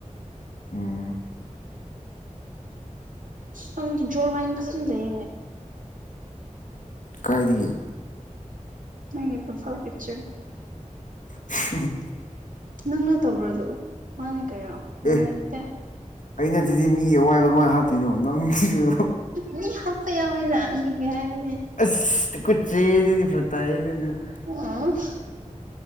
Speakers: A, on the left; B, on the right.
A: ꯎꯝ
B: ꯪ ꯅꯪꯗꯤ ꯖꯣꯔ ꯂꯥꯏꯟ ꯐꯖꯅ ꯂꯩꯌꯦꯅꯦ
A: ꯀꯥꯏꯗꯒꯤ
B: ꯅꯪꯒꯤ ꯄꯔꯣꯐꯥꯏꯜ ꯄꯤꯛꯆꯔ
A: ꯎ
B: ꯅꯪꯅ ꯇꯧꯕ꯭ꯔꯗꯨ ꯃꯥꯅꯦ ꯀꯩꯅꯣ ꯅꯪ
A: ꯑꯦ
B: ꯅꯠꯇꯦ
A: ꯑꯩ ꯅꯠꯇꯗꯤ ꯃꯤꯒꯤ ꯑꯋꯥꯏꯕ ꯀꯃꯥꯏꯅ ꯍꯥꯞꯇꯣꯏꯅꯣ ꯅꯪꯁꯨ
B: ꯃꯤ ꯍꯞꯄꯥ ꯌꯥꯝꯃꯤꯅ ꯑꯗꯨꯒꯤ ꯍꯥꯏꯕꯅꯦ
A: ꯑꯁ <unintelligible>
B: ꯎꯝ